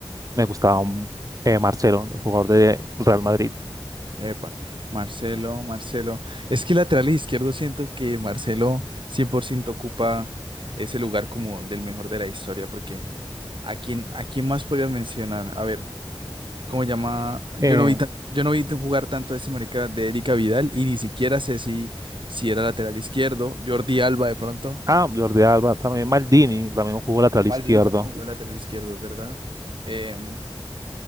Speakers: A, on the right; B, on the right.
A: me gustaba un, eh, Marcelo, el jugador de Real
B: epa,
A: Madrid.
B: epa. Marcelo, Marcelo. Es que lateral izquierdo siento que Marcelo 100% ocupa ese lugar como del mejor de la historia, porque ¿a quién, a quién más podrías mencionar? A ver, ¿Cómo se llama? Yo
A: Eh,
B: no vi tan- yo no vi tan- jugar tanto a ese marica de Erika Vidal y ni siquiera sé si, si era lateral izquierdo. Jordi Alba de pronto.
A: ah, Jordi Alba, también Maldini, también jugó lateral izquierdo.
B: Maldini también jugó lateral izquierdo, es verdad. Em,